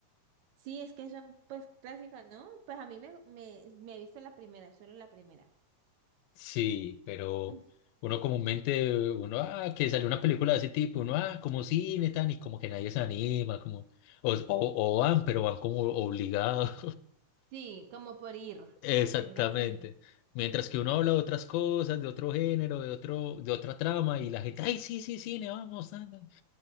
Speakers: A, on the right (about 70°); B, on the left (about 85°).
A: Sí, es que son pues clásicas, ¿no? Pues a mí me, me, me he visto la primera, solo la primera.
B: Sí, pero
A: Mm.
B: uno comúnmente, uno, ah, que sale una película de ese tipo, uno, ah, como cine, tan, y como que nadie se anima, como, o, o, o van, pero van como obligados.
A: Sí, como por ir,
B: Exactamente.
A: como por ir al cine.
B: Mientras que uno habla de otras cosas, de otro género, de otro, de otra trama, y la gente, ay, sí, sí, sí, le vamos dando.